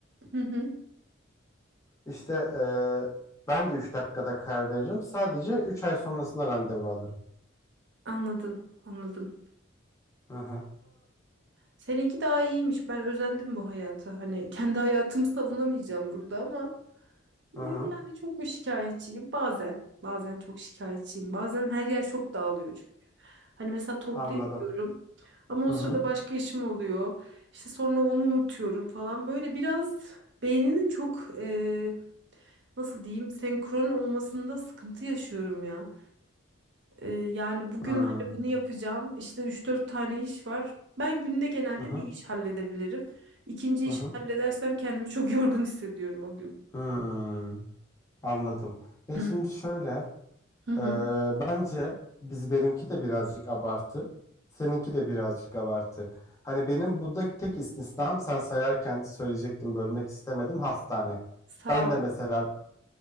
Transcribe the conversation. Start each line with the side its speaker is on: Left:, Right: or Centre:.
Right: Hı hı.
Left: İşte e, ben de 3 dakikada karar veririm. Sadece 3 ay sonrasında randevu alırım.
Right: Anladım, anladım.
Left: Hı hı,
Right: Seninki daha iyiymiş. Ben özendim bu hayata. Hani kendi hayatımı savunamayacağım burada ama
Left: hı
Right: e, yani
Left: hı,
Right: çok mu şikayetçiyim? Bazen. Bazen çok şikayetçiyim. Bazen her yer çok dağılıyor çünkü. Hani mesela toplayamıyorum
Left: anladım.
Right: ama o
Left: Hı
Right: sırada
Left: hı,
Right: başka işim oluyor. İşte sonra onu unutuyorum falan. Böyle biraz beyninin çok e, nasıl diyeyim senkron olmasında sıkıntı yaşıyorum ya. Ee, yani bugün
Left: hı
Right: hani bunu yapacağım. İşte üç dört tane iş var. Ben günde genelde
Left: hı,
Right: bir iş halledebilirim. İkinci
Left: hı
Right: işi
Left: hı.
Right: halledersem kendimi çok <laughs> yorgun hissediyorum o gün.
Left: Hmm, anladım. Ya
Right: <clears throat>
Left: şimdi şöyle,
Right: Hı hı.
Left: e, bence biz benimki de birazcık abartı, seninki de birazcık abartı. Hani benim buradaki tek istisnam sen sayarken söyleyecektim bölmek istemedim hastane.
Right: Sağ
Left: Ben de
Right: ol.
Left: mesela